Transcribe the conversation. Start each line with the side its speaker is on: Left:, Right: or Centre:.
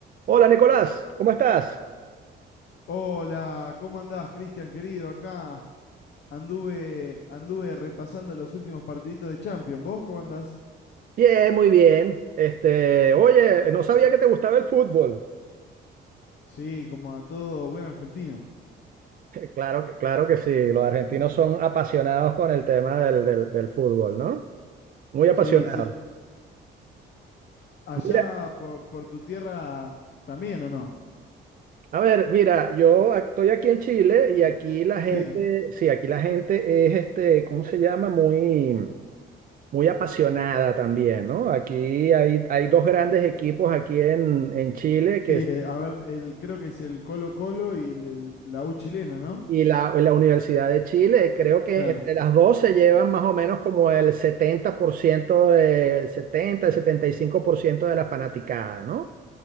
Right: Hola Nicolás, ¿cómo estás?
Left: Hola, ¿cómo andás, Cristian, querido? Acá anduve, anduve repasando los últimos partiditos de Champions. ¿Vos cómo andás?
Right: Bien, muy bien. Este, oye, no sabía que te gustaba el fútbol. <laughs>
Left: Sí, como a todo buen argentino.
Right: Claro que, claro que sí, los argentinos son apasionados con el tema del, del- del fútbol, ¿no? Muy apasionados.
Left: Sí, sí. Allá
Right: Mira,
Left: por, por tu tierra también, ¿o no?
Right: a ver, mira, yo ac- estoy aquí en Chile y aquí la
Left: Sí,
Right: gente, sí, aquí la gente es este, ¿cómo se llama? Muy, muy apasionada también, ¿no? Aquí hay, hay dos grandes equipos aquí en, en Chile
Left: sí.
Right: que
Left: eh, a ver, el, creo que es el Colo Colo y el- el- la U chilena, ¿no?
Right: Y la, y la Universidad de Chile, creo que
Left: Claro.
Right: entre las dos se llevan más o menos como el 70% del 70 el 75% de la fanaticada, ¿no?